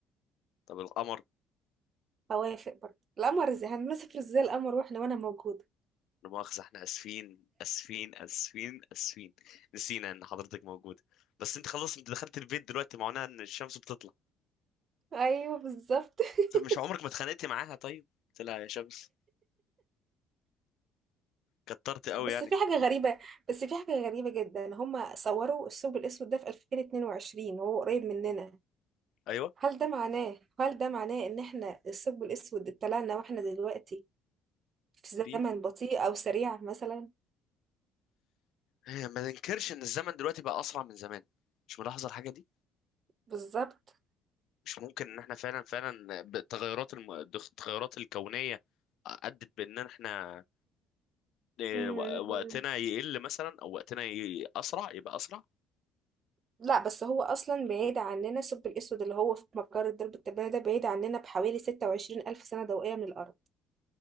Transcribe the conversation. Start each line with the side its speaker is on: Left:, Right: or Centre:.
Left: طب القمر
Right: هوافق برضه القمر ازاي هنمسك ازاي القمر واحنا وانا موجودة
Left: لا مؤاخذة احنا اسفين اسفين اسفين اسفين نسينا ان حضرتك موجودة بس انت خلاص انت دخلت البيت دلوقتي معناها ان الشمس بتطلع.
Right: ايوه بالظبط <laughs>
Left: طب مش عمرك ما اتخانقتي معاها طيب قلت لها يا شمس كترت قوي
Right: بس
Left: يعني
Right: في حاجة غريبة بس في حاجة غريبة جدا هما صوروا الثقب الاسود ده في 2022 وهو قريب مننا
Left: ايوه
Right: هل ده معناه هل ده معناه ان احنا الثقب الاسود اتطلعنا واحنا دلوقتي في زمن
Left: في
Right: بطيء او سريع مثلا
Left: إيه، ما ننكرش ان الزمن دلوقتي بقى اسرع من زمان مش ملاحظه الحاجه دي
Right: بالظبط
Left: مش ممكن ان احنا فعلا فعلا بالتغيرات الم... التغيرات الكونيه ادت بان احنا إيه،
Right: مم.
Left: و- وقتنا يقل مثلا او وقتنا ي... اسرع يبقى اسرع
Right: لا بس هو اصلا بعيد عننا الثقب الاسود اللي هو في مجرة درب التبانة ده بعيد عننا بحوالي 26 الف سنة ضوئية من الارض